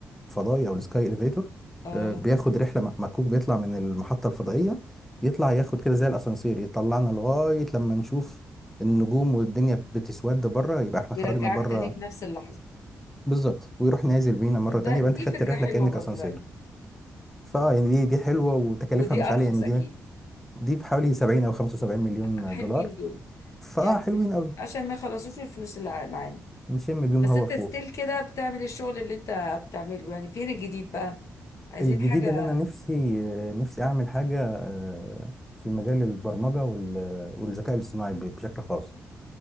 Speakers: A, in the centre; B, on the left (about 70°).
A: الفضائي او السكاي اليفيتور
B: اه
A: بياخد رحلة م- مكوك بيطلع من المحطة الفضائية يطلع ياخد كده زي الاسانسير يطلعنا لغاية لما نشوف النجوم والدنيا بتسود بره يبقى احنا
B: بيرجعك
A: خرجنا بره
B: تاني في نفس اللحظة
A: بالظبط ويروح نازل بينا مرة
B: طب
A: تانية
B: ده دي
A: يبقى انت خدت
B: فكرة
A: الرحلة
B: حلوة
A: كأنك
B: برضو
A: اسانسير
B: لعلمك
A: فاه يعني دي دي حلوة وتكاليفها
B: ودي
A: مش
B: ارخص
A: عالية يعني
B: اكيد
A: دي دي بحوالي 70 او 75 مليون
B: حلوين
A: دولار
B: دول
A: فاه
B: يعني
A: حلوين
B: من-
A: قوي
B: عشان ما يخلصوش الفلوس اللي ع- معانا
A: نشم بيهم
B: بس
A: هوا
B: انت
A: فوق
B: ستيل كده بتعمل الشغل اللي انت بتعمله يعني فين الجديد بقى عايزين
A: الجديد
B: حاجة
A: ان انا نفسي نفسي اعمل حاجه آه، في مجال البرمجه وال- والذكاء الاصطناعي ب- بشكل خاص